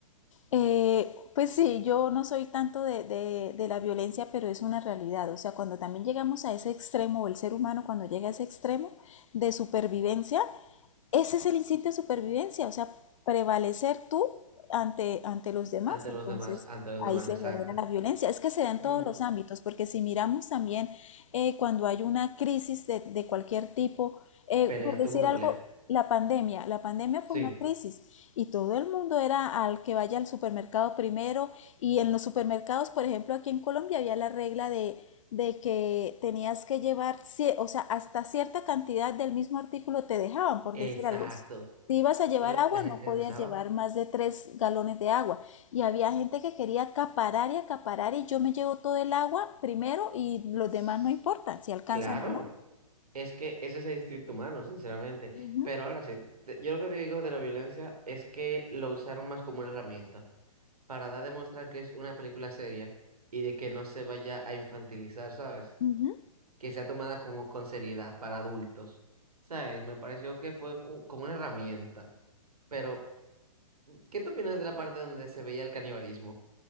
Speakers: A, on the left; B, on the right.
A: Eh, pues sí, yo no soy tanto de, de- de la violencia, pero es una realidad. O sea, cuando también llegamos a ese extremo, o el ser humano cuando llega a ese extremo de supervivencia, ese es el instinto de supervivencia, o sea, prevalecer tú ante, ante los demás.
B: ante los
A: Entonces,
B: demás, ante los
A: ahí
B: demás,
A: se
B: exacto.
A: genera la violencia. Es que se da en
B: Mm,
A: todos los ámbitos, porque si miramos también eh, cuando hay una crisis de, de cualquier tipo, eh,
B: pelea,
A: por decir
B: todo el mundo
A: algo,
B: pelea.
A: la pandemia, la pandemia fue
B: Sí,
A: una crisis y todo el mundo era al que vaya al supermercado primero y en los supermercados, por ejemplo, aquí en Colombia había la regla de de que tenías que llevar, cie- o sea, hasta cierta cantidad del mismo artículo te dejaban, por
B: exacto.
A: decir algo. Si ibas a llevar
B: Lo
A: agua,
B: La gente
A: no podías
B: abusaba.
A: llevar más de tres galones de agua. Y había gente que quería acaparar y acaparar y yo me llevo todo el agua primero y los
B: S-
A: demás no importan si alcanzan
B: Claro.
A: o no.
B: Es que ese es el instinto humano, sinceramente.
A: Ujú,
B: Pero ahora sí, te- yo lo que te digo de la violencia es que lo usaron más como una herramienta para dar a demostrar que es una película seria y de que no se vaya a infantilizar, ¿sabes?
A: ujú.
B: Que sea tomada como con seriedad para adultos, ¿sabes? Me pareció que fue u- como una herramienta. Pero, ¿qué te opinas de la parte donde se veía el canibalismo?